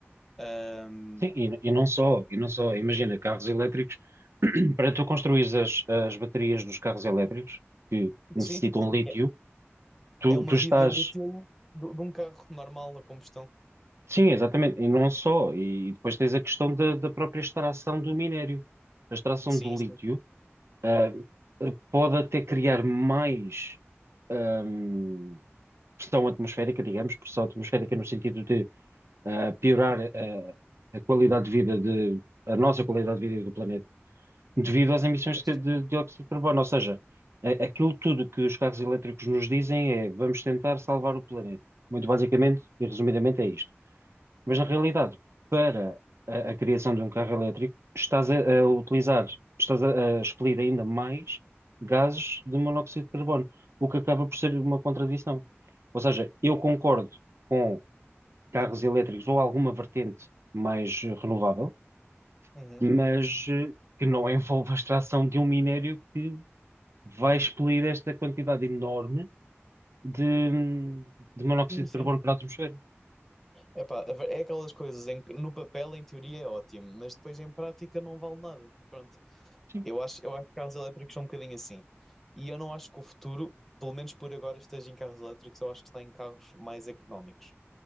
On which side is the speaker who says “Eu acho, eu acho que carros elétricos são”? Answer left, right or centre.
Centre